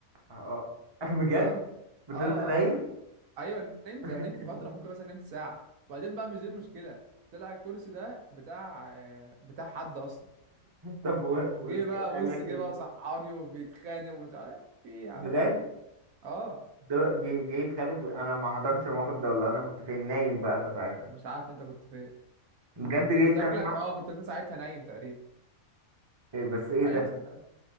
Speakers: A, on the right (about 25°); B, on the right (about 75°).
A: اه <laughs> بجد
B: تمام
A: فضلت
B: اه
A: نايم
B: اه ايوه نمت
A: <laughs>
B: انا نمت فترة ممكن مثلا نمت ساعة وبعدين بقى مش دي المشكلة طلع الكرسي ده بتاع آه، بتاع حد اصلا
A: طب و-
B: وجه
A: وصحيت
B: بقى
A: قال
B: بص
A: لك
B: جه
A: ايه
B: بقى صحاني وبيتخانق ومش عارف في إيه يا عم
A: بجد
B: اه
A: دل... جي... جاي يتخانق انا ما حضرتش الموقف ده ولا انا كنت فين نايم بقى انا ساعتها
B: مش عارف انت كنت فين
A: بجد جاي
B: انت
A: يتخانق
B: شكلك
A: معايا
B: اه كنت انت ساعتها نايم تقريبا
A: إيه بس ايه
B: ايوه
A: ده
B: صدقني